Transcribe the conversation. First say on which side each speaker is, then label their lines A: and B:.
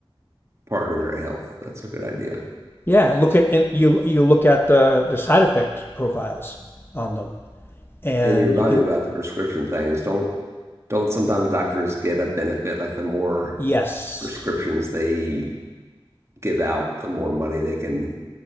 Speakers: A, on the right; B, on the left.
A: part in their health. That's a good idea.
B: yeah. Look at and you you look at the the side effects profiles on them, and
A: And you remind
B: you can
A: me about the prescription things. Don't don't sometimes doctors get a benefit like the more
B: yes,
A: prescriptions they give out, the more money they can.